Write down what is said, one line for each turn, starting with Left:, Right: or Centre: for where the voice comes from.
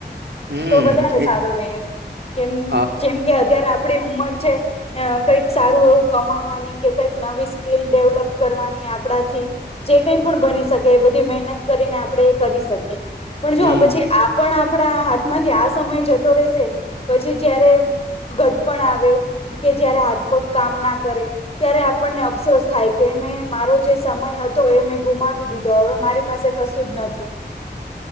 Right: હમ
Left: તો વધારે
Right: એ
Left: સારુ રહેે એમ. કેમ
Right: હા
Left: જેમ કે અત્યારે આપડી ઉમર છે અહ કઈક સારું એવું કમાવાની કે કઈક નવી સ્કીલ ડેવલપ કરવાની આપડાથી જે કઈ પણ બની શકે એ બધી મહેનત કરીને આપડે એ કરી શકીએ. પણ
Right: હમ
Left: જો પછી આ પણ આપડા હાથમાંથી આ સમય જતો રહેશે પછી જયારે ઘડપણ આવે કે જયારે હાથ પગ કામ ના કરે ત્યારે આપણને અફસોસ થાય. કે મેં મારો જે સમય હતો એ મેં ગુમાવી દીધો હવે મારી પાસે કશું જ નથી.